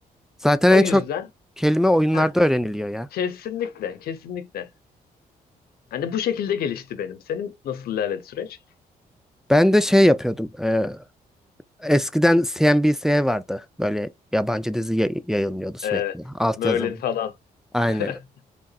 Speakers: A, in the centre; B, on the left (about 80°).
A: Zaten
B: O
A: en
B: yüzden
A: çok kelime oyunlarda
B: heh,
A: öğreniliyor ya.
B: kesinlikle, kesinlikle. Hani bu şekilde gelişti benim. Senin nasıl ilerledi süreç?
A: Ben de şey yapıyordum. e, eskiden CNBC vardı. Böyle yabancı dizi yay- yayınlıyordu sürekli.
B: Evet,
A: Altyazılı.
B: Merlin falan.
A: Aynen.
B: <laughs>